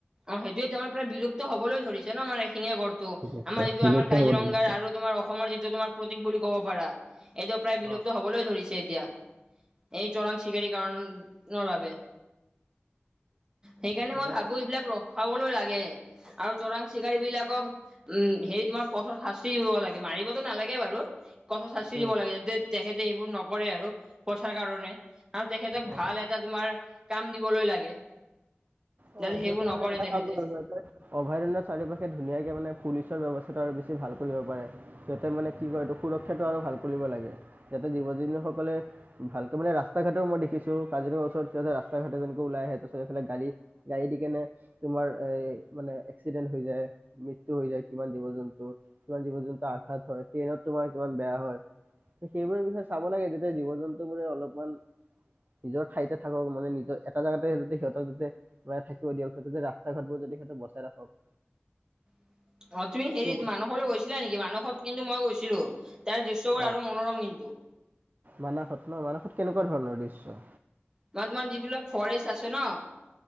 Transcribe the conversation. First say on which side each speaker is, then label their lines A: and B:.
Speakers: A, on the right; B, on the right.
A: অ' সেইটোয়েতো আমাৰ প্ৰায় বিলুপ্ত হবলৈ ধৰিছে ন' আমাৰ শিঙিয়া গড়টো,
B: বিলুপ্ত
A: আমাৰ যিটো
B: বিলুপ্ত
A: আমাৰ কাজিৰঙাৰ
B: হ'ব ধৰিছে।
A: আৰু তোমাৰ অসমৰ যিটো তোমাৰ প্ৰতীক বুলি ক'ব পাৰা এইটো প্ৰায় বিলুপ্ত
B: অ'
A: হবলৈ ধৰিছে এতিয়া। এই চৰাং চিকাৰীৰ কাৰণৰ বাবে। সেইকাৰণে
B: সেই
A: মই ভাবোঁ এইবিলাক ৰখাবলৈ লাগে আৰু চৰাং চিকাৰীবিলাকক উ, হেৰি তোমাৰ কঠোৰ শাস্তি দিব লাগে। লাগে, মাৰিবতো নালাগে বাৰু। কঠোৰ শাস্তি
B: উম,
A: দিব লাগে যে তেখেতে এইবোৰ নকৰে আৰু পইচাৰ কাৰণে। আৰু তেখেতক
B: অ'
A: ভাল এটা তোমাৰ কাম দিবলৈ লাগে।
B: অ'
A: যাতে সেইবোৰ
B: সিহঁতে
A: নকৰে
B: মানে এটা
A: তেখেতে
B: কাম অভয়াৰণ্য চাৰি পাশে ধুনীয়াকে মানে পুলিচৰ ব্যৱস্থা আৰু বেছি ভাল কৰিব পাৰে যতে মানে কি কৰে এইটো সুৰক্ষাটো আৰু ভাল কৰিব লাগে যাতে জীৱ জু সকলে ভালকে মানে ৰাস্তা ঘাটৰ মই দেখিছোঁ কাজিৰঙাৰ ওচৰত সিতে ৰাস্তা ঘাটে যেনেকে ওলাই আহে তাৰপিছত এইফালে গাড়ী গাড়ী দি কেনে তোমাৰ এ, মানে এক্সিডেণ্ট হৈ যায়, মৃত্যু হৈ যায় কিমান জীৱ জন্তু কিমান জীৱ জন্তু আঘাত হয়, ট্ৰেইনত তোমাৰ কিমান বেয়া হয়। সেইবোৰৰে বিষয়ে চাব লাগে যেতিয়া জীৱ জন্তু বোৰে অলপ অমান নিজৰ ঠাইতে থাকক মানে নিজৰ এটা জোগাতে যাতে সিহঁতক যাতে বা থাকিব দিয়ক, সেইটো যে ৰাস্তা ঘাটবোৰ যদি সিহঁতে বচাই ৰাখক।
A: <inaudible> অ' তুমি হেৰি
B: সেইবোৰ
A: মানহলৈ গৈছিলা নেকি? মানহত কিন্তু মই গৈছিলোঁ, তাৰ দৃশ্যবোৰ
B: অ
A: আৰু মনোৰম কিন্তু।
B: মানাসত ন' মানাসত কেনেকুৱা ধৰণৰ দৃশ্য?
A: তোমাৰ তোমাৰ যিবিলাক ফৰেষ্ট আছে ন'